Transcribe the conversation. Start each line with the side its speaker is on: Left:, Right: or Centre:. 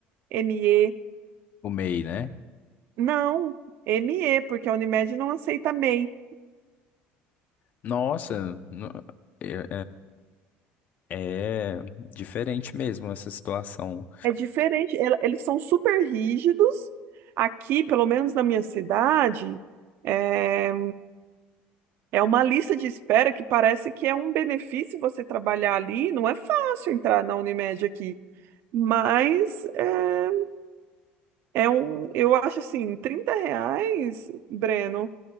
Right: ME,
Left: O MEI, né?
Right: Não, ME, porque a Unimed não aceita MEI.
Left: Nossa, no- é, é- é diferente mesmo essa situação.
Right: É diferente, ela- eles são super rígidos. Aqui, pelo menos na minha cidade, é, é uma lista de espera que parece que é um benefício você trabalhar ali. Não é fácil entrar na Unimed aqui, mas é, é um, eu acho assim, 30 reais, Breno,